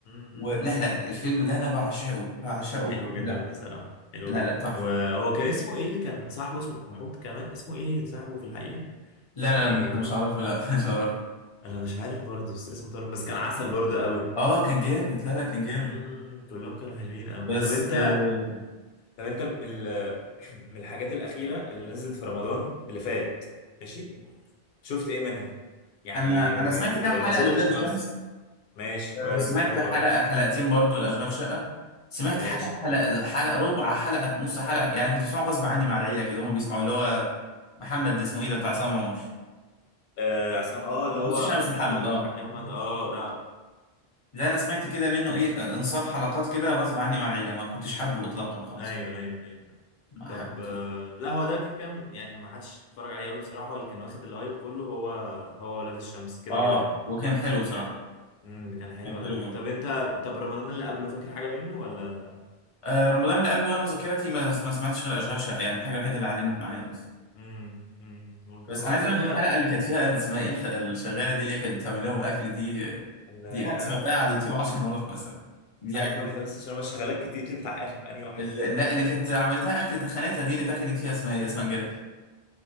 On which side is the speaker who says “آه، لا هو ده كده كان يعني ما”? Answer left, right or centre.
Left